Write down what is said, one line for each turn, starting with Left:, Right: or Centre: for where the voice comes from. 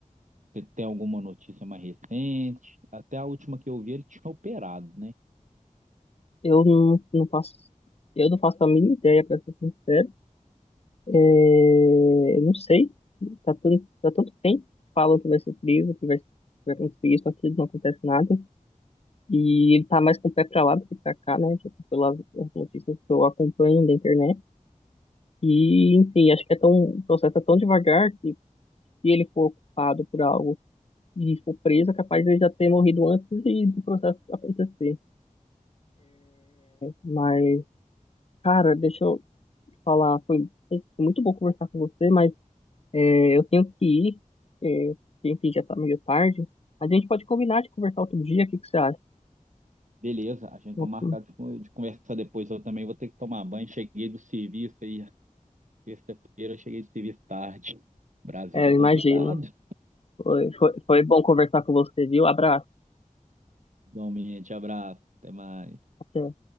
Right: Você tem alguma notícia mais recente? Até a última que eu vi, ele tinha operado, né?
Left: Eu não, não faço. Eu não faço a mínima ideia, para ser sincero. É, eu não sei. Tá tanto, tá tanto tempo que falam que vai ser frio, que vai, vai acontecer isso, aquilo, não acontece nada. E ele tá mais com o pé pra lá do que pra cá, né? Tipo, pelas as notícias que eu acompanho da internet. E, enfim, acho que é tão, o processo é tão devagar que se ele for ocupado por algo e for preso, é capaz de ele já ter morrido antes de, do processo acontecer. Mas, cara, deixa eu te falar, foi, foi muito bom conversar com você, mas é, eu tenho que ir, é, porque, enfim, já tá meio tarde. Mas a gente pode combinar de conversar outro dia, o que que você acha?
Right: Beleza, a gente tá
Left: Outro-
Right: marcado de, con- de conversar depois, eu também vou ter que tomar banho, cheguei do serviço aí, Sexta-feira eu cheguei do serviço tarde. Brasil
Left: É,
Right: tá
Left: imagina.
Right: complicado.
Left: Foi, foi, foi bom conversar com você, viu? Abraço.
Right: Igualmente, abraço, até mais.
Left: Até.